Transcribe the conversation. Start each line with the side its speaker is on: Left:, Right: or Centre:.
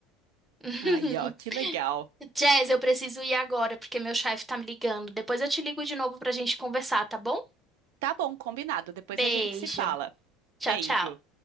Centre: <laughs>
Right: Aí, ó, que legal.
Centre: Jazz, eu preciso ir agora porque meu chefe tá me ligando. Depois eu te ligo de novo pra gente conversar, tá bom?
Right: Tá bom, combinado. Depois
Centre: Beijo.
Right: a gente se fala.
Centre: Tchau,
Right: Beijo.
Centre: tchau.